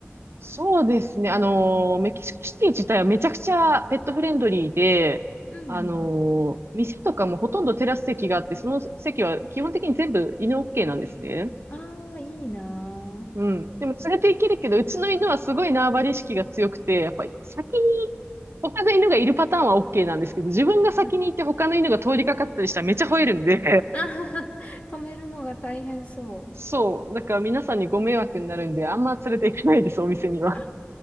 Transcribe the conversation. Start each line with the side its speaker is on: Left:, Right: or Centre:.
Right: そうですね。あのー、メキシコシティ自体はめちゃくちゃペットフレンドリーで、
Left: うんうん。
Right: あのー、店とかもほとんどテラス席があって、その席は基本的に全部犬 OK なんですね。
Left: あー、いいな
Right: うん。でも連れて行けるけど、うちの犬はすごい縄張り意識が強くて、やっぱり先に他の犬がいるパターンは OK なんですけど、自分が先に行って他の犬が通りかかったりしたらめっちゃ吠えるんで、
Left: ー。あ <laughs> 止めるのが大変そう。
Right: <laughs> そう。だから皆さんにご迷惑になるんで、あんま連れて行かないです、お店には。
Left: あ